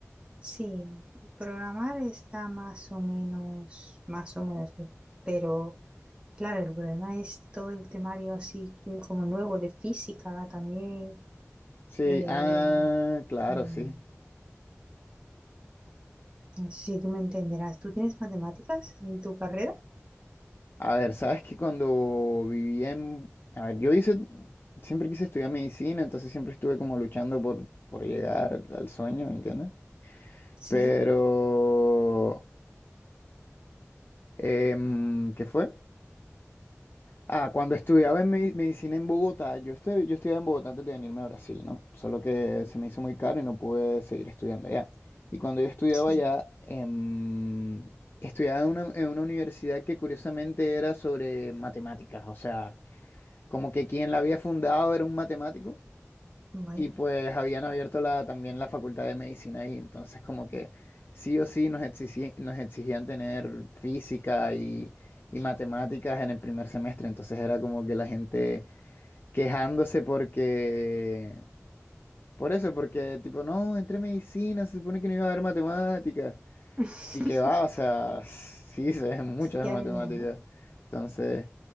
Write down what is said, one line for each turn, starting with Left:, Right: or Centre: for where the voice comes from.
Right: Sí, programar está más o menos, más o menos bien, pero claro, el problema es todo el temario así como nuevo de física también.
Left: Sí,
Right: eh,
Left: ah, claro,
Right: mm,
Left: sí.
Right: no sé si tú me entenderás, ¿tú tienes matemáticas en tu carrera?
Left: A ver, sabes que cuando vivía en... A ver, yo hice... Siempre quise estudiar medicina, entonces siempre estuve como luchando por, por llegar al sueño, ¿entiendes?
Right: Sí,
Left: Pero, em, ¿qué fue? Ah, cuando estudiaba en me- medicina en Bogotá, yo, estu- yo estudiaba en Bogotá antes de venirme a Brasil, ¿no? Solo que se me hizo muy caro y no pude seguir estudiando allá. Y cuando yo estudiaba
Right: sí,
Left: allá, em, estudiaba en una, en una universidad que curiosamente era sobre matemáticas, o sea, como que quien la había fundado era un matemático
Right: vaya.
Left: Y pues habían abierto la, también la facultad de medicina ahí, entonces como que sí o sí nos exigí- nos exigían tener física y, y matemáticas en el primer semestre, entonces era como que la gente quejándose porque, por eso, porque tipo, no, entré medicina, se supone que no iba a haber matemáticas,
Right: <laughs>
Left: y que va, o sea, sí se ven muchas
Right: Ya,
Left: matemáticas,
Right: ya, ¿no?
Left: entonces,